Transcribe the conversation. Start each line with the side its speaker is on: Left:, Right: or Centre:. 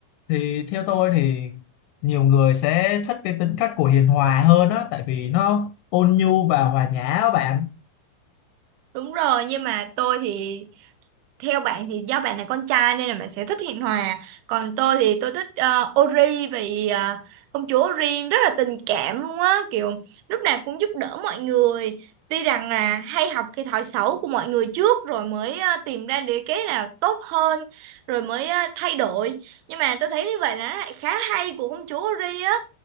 Left: thì theo tôi thì nhiều người sẽ thích cái tính cách của Hiền Hòa hơn á tại vì nó ôn nhu và hòa nhã á bạn
Right: đúng rồi nhưng mà tôi thì theo bạn thì do bạn là con trai nên là bạn sẽ thích Hiền Hòa còn tôi thì tôi thích ờ, Ori vì ờ, công chúa Ori rất là tình cảm luôn á kiểu lúc nào cũng giúp đỡ mọi người tuy rằng là hay học cái thói xấu của mọi người trước rồi mới ờ, tìm ra được cái nào tốt hơn rồi mới ờ, thay đổi nhưng mà tôi thấy như vậy là nó lại khá hay của công chúa Ori á